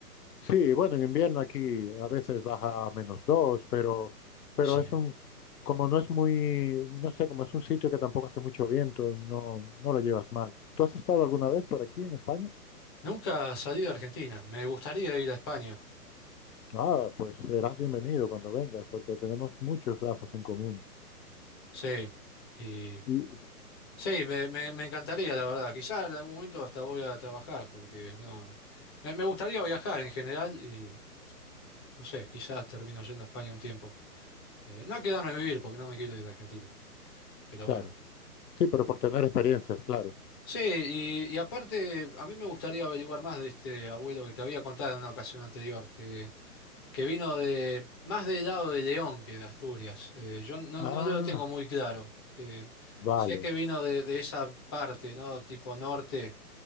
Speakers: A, on the left; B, on the left.
A: Sí, bueno, en invierno aquí a veces baja a menos dos, pero, pero
B: Sí.
A: es un, como no es muy, no sé, como es un sitio que tampoco hace mucho viento, no, no lo llevas mal. ¿Tú has estado alguna vez por aquí en España?
B: Nunca salí de Argentina. Me gustaría ir a España.
A: Ah, pues serás bienvenido cuando vengas, porque tenemos muchos lazos en común.
B: Sí. Y
A: Y
B: sí, me, me, me encantaría, la verdad. Quizá en algún momento hasta voy a trabajar, porque no. Me, me gustaría viajar en general y no sé, quizás termino yendo a España un tiempo. Eh, no quedarme a vivir porque no me quiero ir de Argentina. Pero
A: claro,
B: bueno.
A: sí, pero por tener experiencias, claro.
B: Sí, y, y aparte, a mí me gustaría averiguar más de este abuelo que te había contado en una ocasión anterior, que, que vino de más del lado de León que de Asturias. Eh, yo no,
A: Ah,
B: no lo tengo muy claro. Eh,
A: vale,
B: sé que vino de, de esa parte, ¿no? Tipo norte,